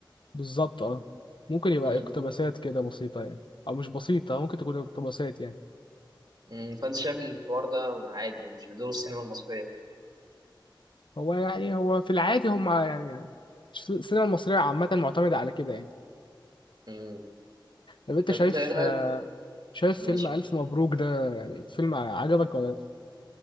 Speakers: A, on the left; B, on the right.
A: بالظبط اه ممكن يبقى
B: مم.
A: اقتباسات كده بسيطة يعني أو مش بسيطة ممكن تكون اقتباسات يعني
B: مم. فأنت شايف إن الحوار ده عادي يعني مش بدور السينما المصرية
A: هو يعني هو في العادي هم يعني الس- السينما المصرية عامة معتمدة على كده يعني
B: مم.
A: طب انت
B: طب
A: شايف
B: أنت إيه رأيك؟
A: آه، شايف
B: ماشي
A: فيلم ألف
B: قول.
A: مبروك ده يعني فيلم عجبك ولا لأ؟